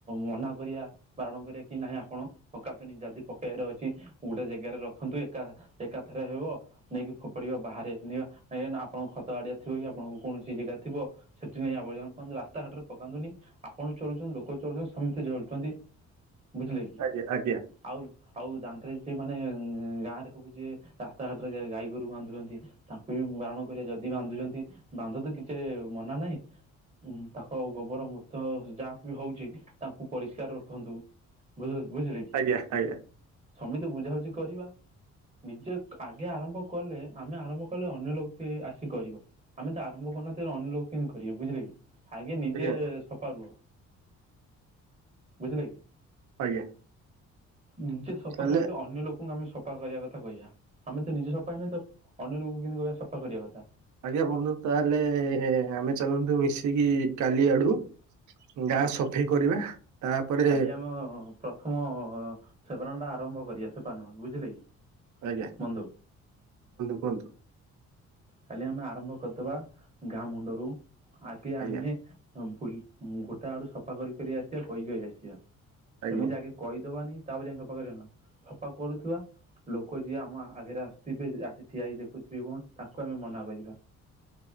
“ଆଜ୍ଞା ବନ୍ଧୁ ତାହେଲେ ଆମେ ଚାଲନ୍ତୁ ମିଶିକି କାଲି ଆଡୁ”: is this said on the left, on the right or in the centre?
Right